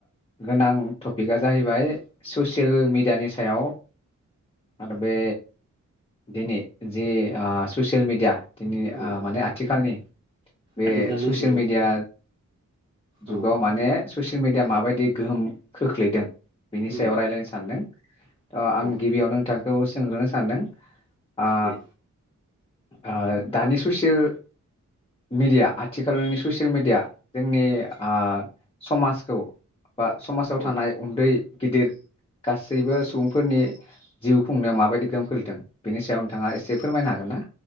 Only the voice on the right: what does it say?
औ
आथिखालनि
जुगाव
औ
उम
औ
दे
आदसा
औ